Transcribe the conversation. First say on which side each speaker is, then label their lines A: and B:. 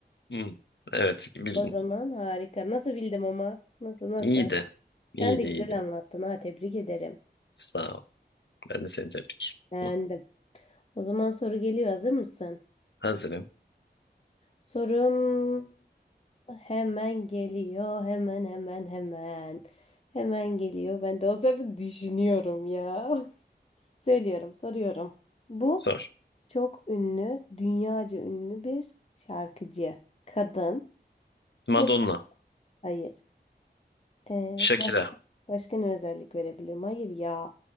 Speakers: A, on the left; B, on the left.
A: Hı. Evet bildin.
B: O zaman harika. Nasıl bildim ama? Nasıl nasıl?
A: İyiydi. İyiydi
B: Sen de güzel
A: iyiydi.
B: anlattın ha tebrik ederim.
A: Sağ ol. Ben de seni tebrik.
B: Beğendim.
A: Hı.
B: O zaman soru geliyor hazır mısın?
A: Hazırım.
B: Sorum hemen geliyor hemen hemen hemen. Hemen geliyor. Ben de o sırada düşünüyorum ya. <laughs> Söylüyorum, soruyorum. Bu
A: Sor.
B: çok ünlü, dünyaca ünlü bir şarkıcı. Kadın.
A: Madonna.
B: Ya da- hayır. Ee,
A: Shakira.
B: başka, başka ne özellik verebilirim? Hayır ya.